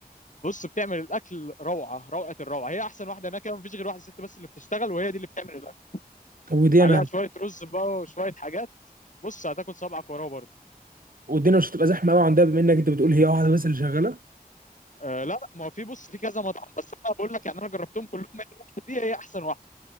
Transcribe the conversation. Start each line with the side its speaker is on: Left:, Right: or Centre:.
Left: بص بتعمل الاكل روعه روعه الروعه هي احسن واحده هناك مفيش غير واحده ست بس اللي بتشتغل وهي دي اللي بتعمل الاكل
Right: طب ودي
Left: عليها
Right: انا
Left: شويه رز بقى وشويه حاجات بص هتاكل صبعك وراه برضه
Right: والدنيا مش هتبقى زحمه قوي عندها بما انك انت بتقول هي واحده بس اللي شغاله
Left: آه لا لا ما هو في بص في كذا مطعم بس انا بقول لك يعني انا جربتهم كلهم هي الواحده دي هي احسن واحده